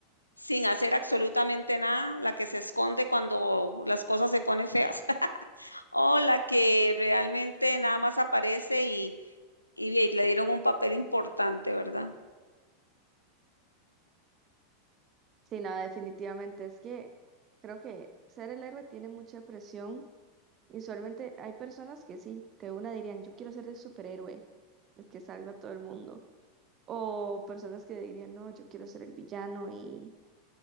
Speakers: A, on the left (about 80°); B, on the right (about 30°).
A: sin hacer absolutamente nada, la que se esconde cuando las cosas se ponen feas, <laughs> o la que realmente nada más aparece y, y ve, le dieron un papel importante, ¿verdad?
B: Sí, nada, definitivamente. Es que creo que ser el héroe tiene mucha presión. Y usualmente hay personas que sí, de una dirían, yo quiero ser el superhéroe, el que salva a todo el mundo. O personas que dirían, no, yo quiero ser el villano y,